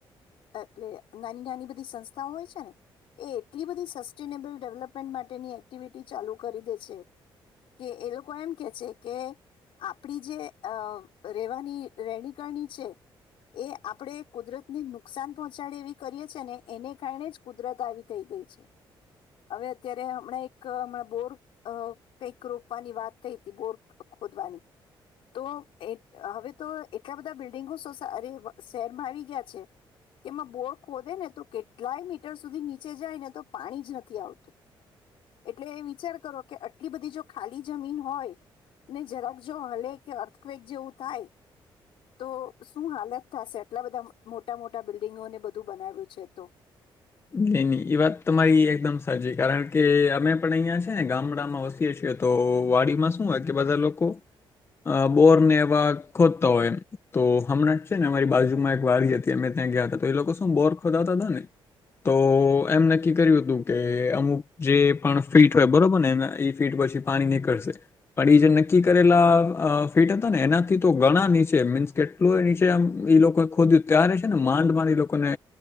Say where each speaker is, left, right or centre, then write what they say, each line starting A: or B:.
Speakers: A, on the left; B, on the left.
A: એટલે નાની નાની બધી સંસ્થાઓ હોય છે ને એટલી બધી સસ્ટેનેબલ ડેવલપમેન્ટ માટેની એક્ટિવિટી ચાલુ કરી દે છે કે એ લોકો એમ કે છે કે આપડી જે અ રહેેવાની રહેણી કરણી છે એ આપણે કુદરતને નુકસાન પહોંચાડે એવી કરીએ છે ને એને કારણે જ કુદરત આવી થઈ ગઈ છે હવે અત્યારે હમણાં એક હમણાં બોર અ કંઈક રોપવાની વાત થઈ હતી, બોર ખોદવાની તો એ હવે તો એટલા બધા બિલ્ડિંગો સોસા અરે શહેરમાં આવી ગયા છે. કે એમાં બોર ખોદે ને તો કેટલાય મીટર સુધી નીચે જાય ને તો પાણી જ નથી, આવતું એટલે એ વિચાર કરો કે આટલી બધી જો ખાલી જમીન હોય ને જરાક જો હલે કે અર્થક્વેક જેવું થાય. તો શું હાલત થશે એટલા બધા મોટા મોટા બિલ્ડિંગોને બધું બનાવ્યું છે તો!
B: નઈ નહી એ વાત તમારી એકદમ સાચી કારણ કે અમે પણ અહિયાં છે ગામડામાં વસીએ છીએ તો વાડીમાં શું હોય કે બધા લોકો બોર ને એવા ખોદતા હોય તો હમણાં છે ને અમારી બાજુમાં એક વાડી હતી અમે ત્યાં ગયા હતા તો એ લોકો શું બોર ખોદાતા હતા ને તો એમ નક્કી કર્યું હતું કે અમુક જે પણ ફીટ હોય બરોબર ને એ એ ફીટ પછી પાણી નીકળશે પણ એ જે નક્કી કરેલા ફીટ હતા ને એનાથી તો ઘણા નીચે મીન્સ કેટલું એ નીચે આમ લોકોએ ખોદ્યું ત્યારે છે ને માંડ માં એ લોકોને